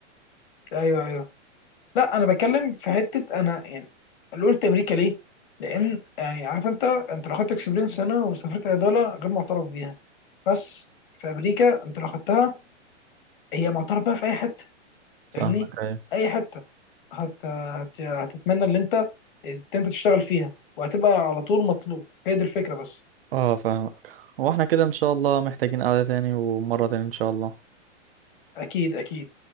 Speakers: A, on the left; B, on the right.
A: ايوه ايوه لا انا بتكلم في حته انا يعني اللي قلت امريكا ليه؟ لان يعني عارف انت انت لو خدت اكسبيرينس هنا وسافرت عضله غير معترف بيها بس في امريكا انت لو خدتها هي معترف بيها في اي حته
B: فاهمك
A: فاهمني؟
B: ايوه
A: اي حته هت... هت... هتتمنى ان انت انت تشتغل فيها وهتبقى على طول مطلوب هي دي الفكره بس
B: اه فاهمك واحنا كده ان شاء الله محتاجين قعدة تاني ومرة تاني ان شاء الله
A: اكيد اكيد